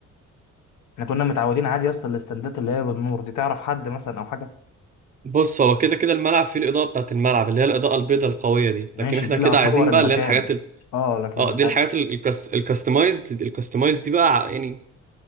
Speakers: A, on the left; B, on the right.
A: احنا كنا متعودين عادي يا اسطى الاستندات اللي هي بالنور دي تعرف حد مثلا او حاجه
B: بص هو كده كده الملعب فيه الاضاءه بتاعت الملعب اللي هي الاضاءه البيضاء القويه دي
A: ماشي
B: لكن احنا
A: دي اللي
B: كده
A: هتنور
B: عايزين
A: المكان
B: بقى اللي هي الحاجات ال...
A: اه لكن
B: اه دي الحاجات الكاستمايزد الكاستمايزد دي بقى يعني